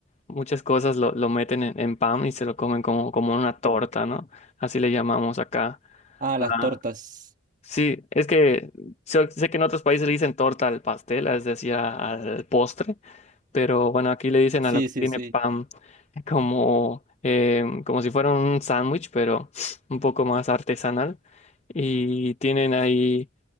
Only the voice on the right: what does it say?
Ah, las
tortas.
Sí,
sí,
sí.